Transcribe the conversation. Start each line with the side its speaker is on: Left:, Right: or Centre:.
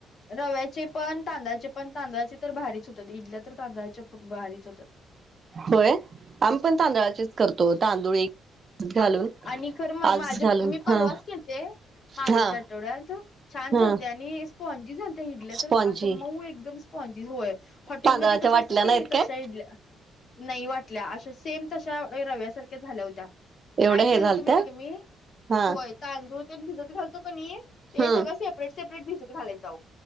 Left: रव्याचे पण तांदळाचे. पण तांदळाची तर भारीच होतात. इडल्या तर तांदळाच्या खूप भारीच होतात.
Right: होय. आम्ही पण तांदळाचेच करतो तांदूळ एक घालून
Left: हा आणि खर म
Right: आज
Left: माझे
Right: घालून
Left: मी परवाच
Right: हा
Left: केलते. मागेच्या
Right: हा
Left: आठवड्यात छान
Right: हा
Left: झाले होते आणि स्पॉनजी झालत्या इडल्या
Right: स्पॉनजी
Left: तर असं मऊ एकदम स्पॉनजी होय. हॉटेलमध्ये
Right: तांदळाच्या
Left: कशा
Right: वाटल्या
Left: असतात की
Right: नाहीत
Left: नाही? तशा
Right: काय
Left: इडल्या. नाही वाटल्या अशा सेम तशा रव्यासारख्या झाल्या होत्या.
Right: एवढ्या
Left: काय
Right: हे
Left: केलं
Right: घालत्या
Left: होतं माहित का मी?
Right: हा
Left: पोहे तांदुळ ते भिजत घालतो का नाही ते
Right: हम्म
Left: सगळं सेपरेट सेपरेट भिजत घालायचं.